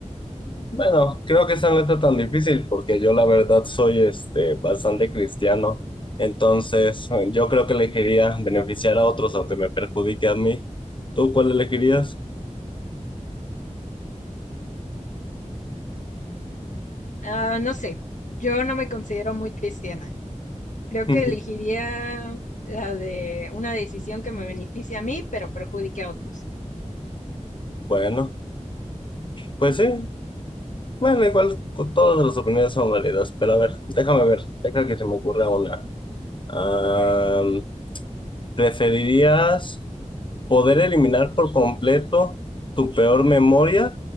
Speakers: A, on the left; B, on the left.
A: Bueno, creo que esa no está tan difícil porque yo la verdad soy este bastante cristiano. Entonces, yo creo que elegiría beneficiar a otros aunque me perjudique a mí. ¿Tú cuál elegirías?
B: Ah, no sé, yo no me considero muy cristiana. Creo
A: <laughs>
B: que elegiría la de una decisión que me beneficie a mí, pero perjudique a otros.
A: Bueno, pues sí. Bueno, igual con todas las opiniones son válidas, pero a ver, déjame ver, déjame que se me ocurra una. Am,
B: Ok.
A: ¿preferirías poder eliminar por completo tu peor memoria